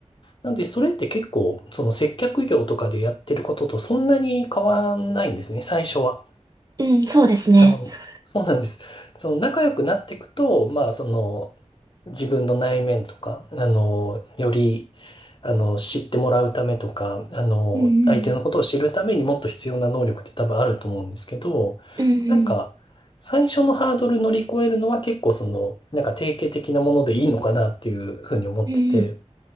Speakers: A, on the left; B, on the right.
A: なのでそれって結構その接客業とかでやってることとそんなに変わらないんですね、最初は。
B: うん、そうですね。
A: あの、
B: そ
A: そうなんです。その仲良くなっていくと、まあ、その、自分の内面とか、あの、より、あの、知ってもらうためとか、あの、
B: ううん
A: 相手のことを知るためにもっと必要な能力って多分あると思うんですけど、
B: うん。うんうん。
A: なんか、最初のハードル乗り越えるのは結構その、なんか定型的なものでいいのかなっていうふうに思ってて、
B: うんうん。い